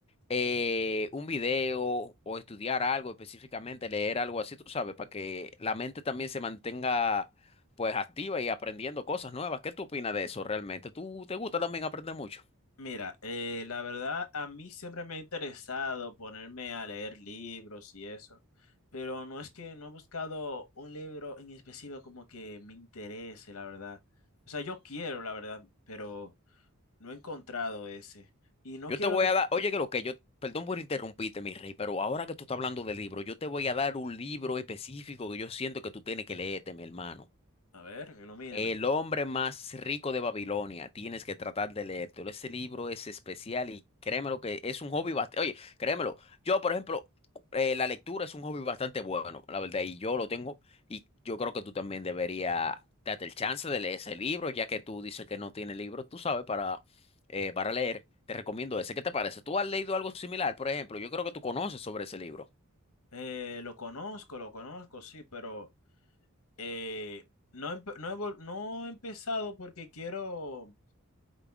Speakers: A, on the left; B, on the left.
A: eh, un video o estudiar algo específicamente, leer algo así, tú sabes, para que la mente también se mantenga, pues, activa y aprendiendo cosas nuevas. ¿Qué tú opinas de eso realmente? ¿Tú te gusta también aprender mucho?
B: Mira, eh, la verdad, a mí siempre me ha interesado ponerme a leer libros y eso, pero no es que no he buscado un libro en específico como que me interese, la verdad. O sea, yo quiero, la verdad, pero... No he encontrado ese. Y no
A: Yo
B: quiero...
A: te voy
B: di-
A: a dar, oye, que lo que yo, perdón por interrumpirte, mi rey, pero ahora que tú estás hablando de libro, yo te voy a dar un libro específico que yo siento que tú tienes que leerte, mi hermano.
B: A ver, ilumíneme.
A: El hombre más rico de Babilonia, tienes que tratar de leértelo. Ese libro es especial y créemelo que es un hobby bastante. Oye, créemelo, yo, por ejemplo, eh, la lectura es un hobby bastante bueno, la verdad, y yo lo tengo. Y yo creo que tú también deberías darte el chance de leer ese libro, ya que tú dices que no tienes libro, tú sabes, para, eh, para leer. Te recomiendo ese. ¿Qué te parece? ¿Tú has leído algo similar, por ejemplo? Yo creo que tú conoces sobre ese libro.
B: Eh, lo conozco, lo conozco, sí, pero eh, no, empe- no, he vol- no he empezado porque quiero,